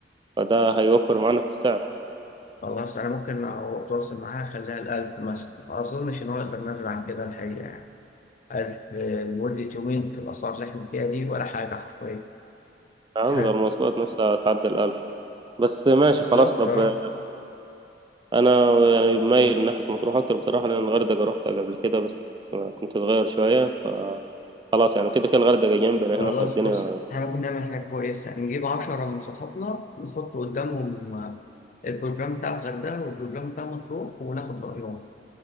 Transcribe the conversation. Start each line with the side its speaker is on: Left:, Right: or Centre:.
Right: فده هيوفر معانا في السعر
Left: خلاص أنا ممكن أو- أتواصل معاها أخليها الألف مثلا ما أظنش إن هو يقدر نزل عن كده الحقيقة يعني ألف لمدة يومين في الأسعار اللي إحنا فيها دي ولا حاجة حرفيا
Right: نعم
Left: <laughs>
Right: ده المواصلات نفسها هتعدي الألف بس ماشي
Left: بالظبط
Right: خلاص طب
Left: آه.
Right: أنا يعني مايل ناحية مطروح أكتر بصراحة لأن الغردقة روحتها قبل كده بس كنت صغير شوية خلاص يعني كده كده الغردقة جنبنا
Left: خلاص
Right: هنا فالدنيا
Left: بص احنا ممكن نعمل حاجة كويسة نجيب عشرة من صحابنا نحط قدامهم آه، البروجرام بتاع الغردقة والبروجرام بتاع مطروح وناخد رأيهم